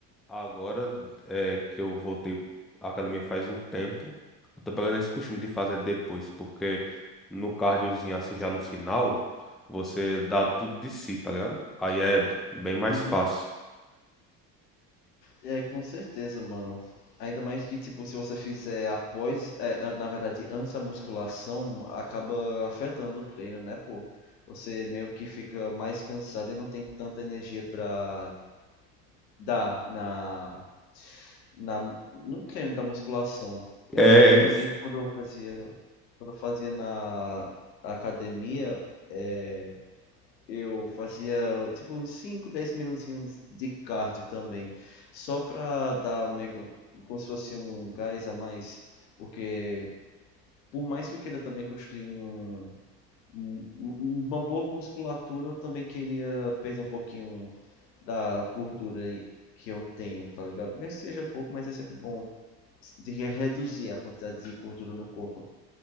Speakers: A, in the centre; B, on the left.
A: Agora é, que eu voltei à academia faz um tempo, eu tô pegando esse costume de fazer depois, porque no cardiozinho, assim, já no final, você dá tudo de si, tá ligado? Aí é bem mais
B: Uhum.
A: fácil.
B: É, com certeza, mano. Ainda mais que, tipo, se você fizer após, é, an- na verdade, antes da musculação, acaba afetando o treino, né, pô? Você meio que fica mais cansado e não tem tanta energia pra dar na, na, no treino da musculação. Eu
A: É.
B: também, quando eu fazia, quando eu fazia na academia, é, Eu fazia tipo 5 10 minutinhos de cardio também, só pra dar meio que- como se fosse um gás a mais, porque por mais que eu queira também construir um, um- um, uma boa musculatura, eu também queria perder um pouquinho da gordura aí que eu tenho, tá ligado? Mesmo que seja pouco, mas é sempre bom de re- reduzir a quantidade de gordura no corpo.